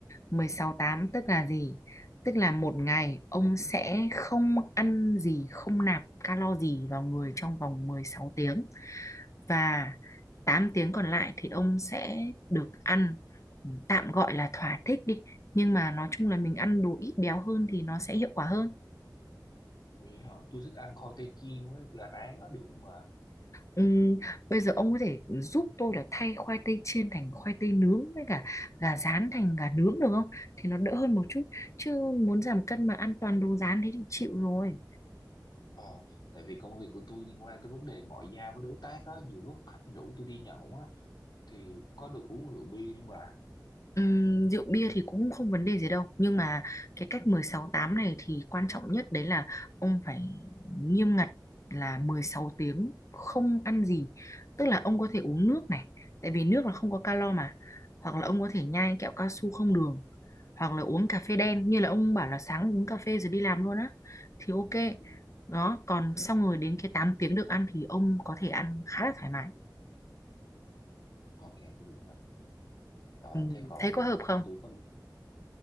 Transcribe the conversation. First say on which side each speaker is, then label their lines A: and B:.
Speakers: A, on the left; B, on the left.
A: 16-8 tức là gì? Tức là một ngày ông sẽ không ăn gì, không nạp calo gì vào người trong vòng 16 tiếng. Và 8 tiếng còn lại thì ông sẽ được ăn tạm gọi là thỏa thích đi. Nhưng mà nói chung là mình ăn đồ ít béo hơn thì nó sẽ hiệu quả hơn.
B: vậy hả? Tôi thích ăn khoai tây chiên với gà rán á được không bà?
A: Ừm, bây giờ ông có thể giúp tôi là thay khoai tây chiên thành khoai tây nướng với cả gà rán thành gà nướng được không? Thì nó đỡ hơn một chút. Chứ muốn giảm cân mà ăn toàn đồ rán thế thì chịu rồi.
B: Ờ, tại vì công việc của tôi liên quan tới vấn đề ngoại giao với đối tác á, nhiều lúc khách rủ tôi đi nhậu á, thì có được uống rượu bia không bà?
A: Ừm, rượu bia thì cũng không vấn đề gì đâu nhưng mà cái cách 16-8 này thì quan trọng nhất đấy là ông phải nghiêm ngặt là 16 tiếng không ăn gì tức là ông có thể uống nước này tại vì nước là không có calo mà hoặc là ông có thể nhai kẹo cao su không đường hoặc là uống cà phê đen như là ông bảo là sáng uống cà phê rồi đi làm luôn á thì ok
B: Ừ.
A: đó còn xong rồi đến cái 8 tiếng được ăn thì ông có thể ăn khá là thoải mái
B: Ok, tôi hiểu rồi. Ờ,
A: Ừm,
B: thế còn
A: thấy có hợp không?
B: tôi có,